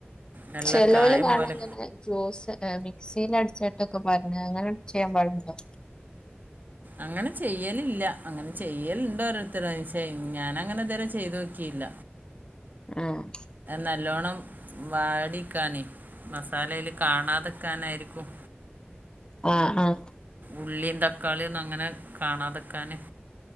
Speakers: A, on the right (about 45°); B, on the left (about 20°).
A: നല്ല
B: ചെലോല്
A: കായം
B: കാണാ
A: പോലെ
B: ജ്യൂസ് മിക്സിൽ അടിച്ചിട്ടൊക്കെ പറഞ്ഞ് അങ്ങനെ ചെയ്യാൻ പാടുണ്ടോ
A: അങ്ങനെ ചെയ്യലില്ല അങ്ങനെ ചെയ്യലണ്ടോരോരുത്തര് ചെ ഞാനങ്ങനെ ഇതുവരെ ചെയ്തോക്കിയില്ല
B: ആഹ്
A: നല്ലോണം വാടിക്കാനേ മസാല അയില് കാണാതെക്കാനായിരിക്കും
B: ആഹ് ആഹ്
A: ഉള്ളീം തക്കാളിയൊന്നങ്ങനെ കാണാതെക്കാന്